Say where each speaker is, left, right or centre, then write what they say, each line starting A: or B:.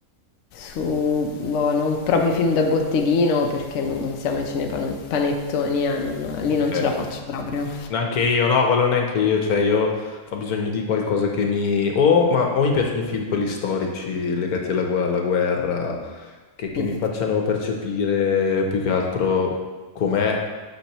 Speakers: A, on the left; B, on the left.
A: su, boh, non proprio i film da botteghino perché non non siamo ai cinepanon panettoni, eh, non lì
B: ok.
A: non ce la faccio proprio.
B: Neanche io, no, quello neanche io, cioè io ho bisogno di qualcosa che mi... O, ma, o mi piacciono i film, quelli storici legati alla, gu- alla guerra, che, che
A: Mm.
B: mi facciano percepire più che altro com'è,